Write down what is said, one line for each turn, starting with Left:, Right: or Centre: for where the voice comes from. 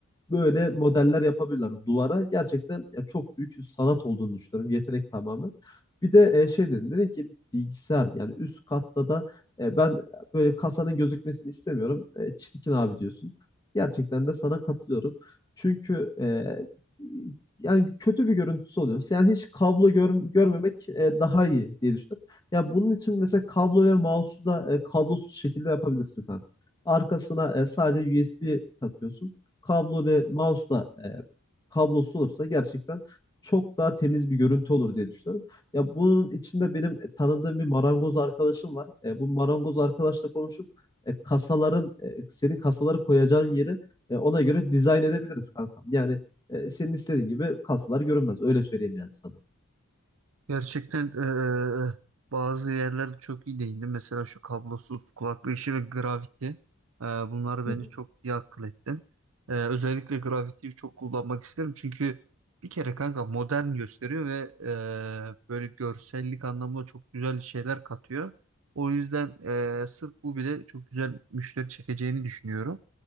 Left: böyle modeller yapabilirler. Duvara gerçekten ya çok büyük sanat olduğunu düşünüyorum. Yetenek tamamen. Bir de e, şey dedim, dedim ki bilgisayar yani üst katta da e, ben böyle kasanın gözükmesini istemiyorum. E, çirkin abi diyorsun. Gerçekten de sana katılıyorum. Çünkü e, yani kötü bir görüntüsü oluyor. Yani hiç kablo gör- görmemek e, daha iyi diye düşünüyorum. Ya bunun için mesela kablo ve mouse'u da e, kablosuz şekilde yapabilirsin kanka. Arkasına e, sadece USB takıyorsun. Kablo ve mouse da e, kablosuz olursa gerçekten çok daha temiz bir görüntü olur diye düşünüyorum. Ya bunun içinde benim e, tanıdığım bir marangoz arkadaşım var. E, bu marangoz arkadaşla konuşup e, kasaların e, senin kasaları koyacağın yeri e, ona göre dizayn edebiliriz kankam. Yani e, senin istediğin gibi kasalar görünmez. Öyle söyleyeyim yani sana.
Right: Gerçekten eee, bazı yerlerde çok iyi değindi. Mesela şu kablosuz kulaklık işi ve Gravity. Eee, bunları bence
Left: Hı hı.
Right: çok iyi akıl ettin. Eee, özellikle Gravity'yi çok kullanmak isterim. Çünkü bir kere kanka modern gösteriyor ve eee, böyle görsellik anlamında çok güzel şeyler katıyor. O yüzden eee sırf bu bile çok güzel müşteri çekeceğini düşünüyorum.